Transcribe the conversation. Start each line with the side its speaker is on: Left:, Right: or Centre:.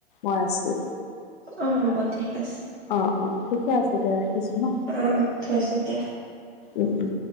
Left: মই আছোঁ
Right: অ হ'ব ঠিক আছে
Left: অ অ ঠিকে আছে দিয়া ৰাখিছোঁ ন
Right: অ অ থৈছো দিয়া
Left: উম উম